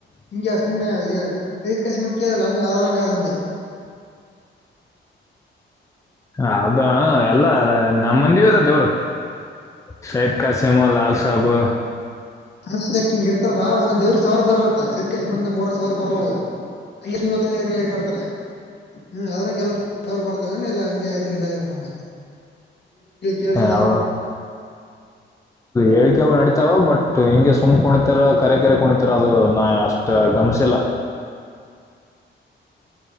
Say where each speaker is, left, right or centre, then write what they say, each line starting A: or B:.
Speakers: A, on the left; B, on the left.
A: ಹಿಂಗೆ ಸುಮ್ನೆ ಮುತ್ಯಾಲ ಆದಂಗ್ ಆಗಲ್ಲ ಅಂದ್ಯ. <unintelligible>
B: ಅದು ಎಲ್ಲ ನಮ್ಮ ಮಂದಿವೆ ಅದಾವ ದೇವರು. ಸಯದ ಕ ಸಿಮ ಲಾಲ್ ಸಾಬ್,
A: ಹ ಅದಕ್ ಹಿಂಗ ಇರ್ತಾರಲ್ಲ ಒಂದೊಂದ್ವ್ರ ಸಾವಿರ ಬರ್ಲ ಅಂತ ಸದಕಶಮಂದ ಮೂರರ್ ಸಾವಿರ ಬರ್ಲ್ಲವಾಗ. ಐಷ್ಟ ಮೂವತ್ತೈದ ಹೇಗಾಡ್ತಾರೆ. ಹ್ಮ್ ಅದ್ರಲ್ಲ ಅವರು ಬರ್ತವ ಎಲ್ಲ ಹಂಗೆ ಹತ್ತ ಗಂಟ ಇಕೊಂಡೆ. ಕೇಳದ.
B: ಯಾವ ಹೇಳಕೇಳಿ ಅವ ನಡಿತತಾವ ಬಟ್ ಹಿಂಗೆ ಸುಮ್ ಕುಣಿತಾರ ಕರೆ ಕರೆ ಕುಣಿತಾರ ಅದು ನಾ ಅಷ್ಟ. ಅ ಗಮನಶಿಲ್ಲ.